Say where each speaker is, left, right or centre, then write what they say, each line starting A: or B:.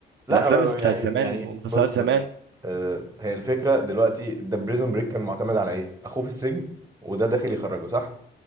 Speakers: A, on the right; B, on the right.
A: لا
B: الافلام
A: أنا
B: بتاعت
A: يعني
B: زمان
A: يعني
B: ومسلسلات
A: بص
B: زمان
A: بص آه، هي الفكره دلوقتي ده بريزون بريك كان معتمد على ايه اخوه في السجن وده داخل يخرجه صح